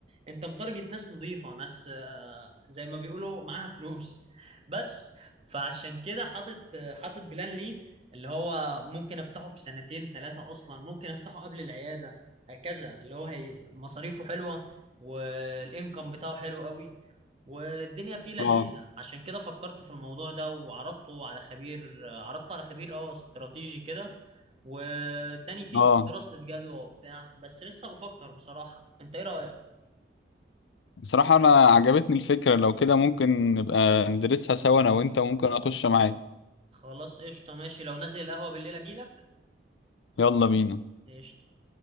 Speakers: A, on the right; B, on the left.
A: انت متارجت ناس نظيفة ناس آه، زي ما بيقولوا معاها فلوس بس فعشان كده حاطط آه، حاطط بلان لي اللي هو ممكن افتحه في سنتين ثلاثة اصلا ممكن افتحه قبل العيادة هكذا اللي هو هي مصاريفه حلوة والانكم بتاعه حلو قوي والدنيا فيه لذيذة
B: اه
A: عشان كده فكرت في الموضوع ده وعرضته على خبير آه، عرضته على خبير اه استراتيجي كده واداني فيه
B: اه
A: دراسة جدوى وبتاع بس لسه بفكر بصراحة انت ايه رأيك
B: بصراحه انا عجبتني الفكره لو كده ممكن نبقى ندرسها سوا انا وانت وممكن اخش معاك
A: خلاص قشطة ماشي لو نازل القهوة بالليل اجيلك
B: يلا بينا
A: قشطة